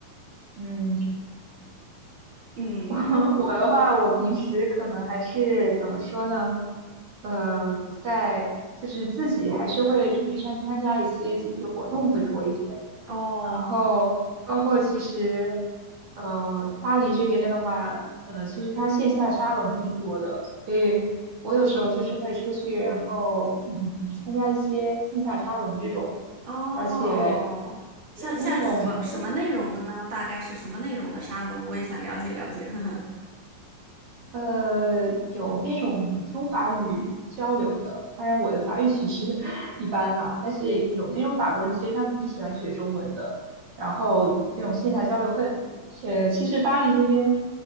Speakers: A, on the right; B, on the right.
A: 嗯，
B: 嗯，
A: <laughs> 我我的话，我平时可能还是怎么说呢？呃，在就是自己还是会出去参参加一些集体活动会多一点，
B: 哦。
A: 然后包括其实呃巴黎这边的话，呃其实它线下沙龙挺多的，所以我有时候就是会出去，然后嗯参加一些线下沙龙这种，
B: 哦，
A: 而且
B: 像像什么什么内容的呢？
A: 有那种就。
B: 大概是什么内容的沙龙？我也想了解了解。<laughs>
A: 呃，有那种中法语交流的，当然我的法语其实 <laughs> 一般啦，但是有那种法国人，其实他们挺喜欢学中文的，然后这种线下交流会很多，而且其实巴黎这边，